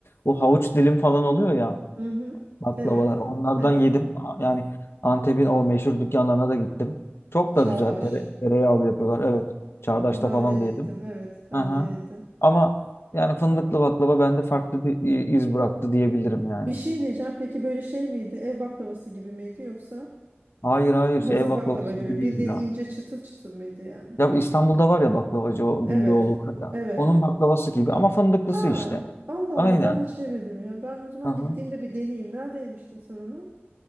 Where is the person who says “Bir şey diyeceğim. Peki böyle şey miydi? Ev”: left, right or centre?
Right